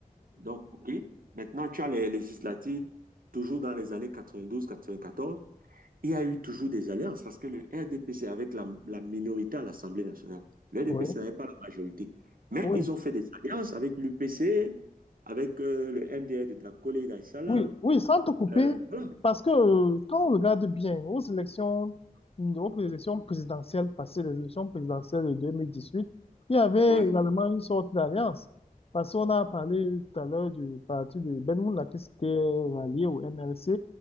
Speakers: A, on the right; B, on the left.
A: Donc, OK. Maintenant, tu as les législatives, toujours dans les années quatre-vingt-douze, quatre-vingt-quatorze. il y a eu toujours des alliances parce que le RDPC avec la, la minorité à l'Assemblée nationale. Le RDPC
B: oui,
A: n'avait pas la majorité. Mais
B: oui.
A: ils ont fait des alliances avec l'UPC, avec euh, le MDR de Dakolé et d'Aïssala.
B: Oui, oui, sans te couper,
A: Euh, voilà.
B: parce que euh, quand on regarde bien aux élections, aux élections présidentielles passées, les élections présidentielles de 2018, il y avait
A: Ouais.
B: également une sorte d'alliance. Parce qu'on a parlé tout à l'heure du parti de Ben Moula qui s'était rallié au MLC.